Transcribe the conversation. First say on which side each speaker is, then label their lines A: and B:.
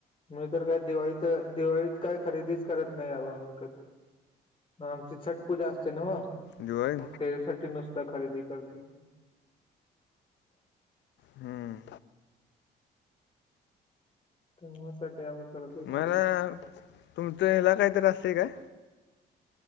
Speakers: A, on the left (about 30°); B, on the left (about 75°).
A: मी काय दिवाळीत, दिवाळीत काय खरेदी करत नाही बाबा आम्ही कधी, आमची छट पूजा असतंय नव्हं.
B: दिवाळी
A: मग तेजासाठी नुसता करतोय मी.
B: हूं...
A: तेवा साड्या आमसत
B: मला
A: फरी
B: तुमचं हयाला काहीतरी असतयं काय?